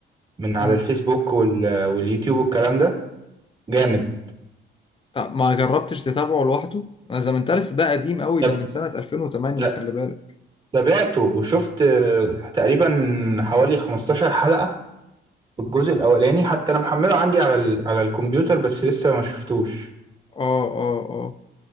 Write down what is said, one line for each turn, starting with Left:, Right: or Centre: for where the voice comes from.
Right: من على
Left: امم
Right: الفيسبوك وال... واليوتيوب والكلام ده جامد
Left: طب ما جربتش تتابعه لوحده ذا مينتالست ده قديم قوي
Right: طب
Left: ده من سنة 2008
Right: لا
Left: خلي بالك
Right: تابعته وشفت آه، تقريبا حوالي 15 حلقة الجزء الأولاني حتى أنا محمله عندي على ال... على الكمبيوتر بس لسه ما شفتوش
Left: اه اه اه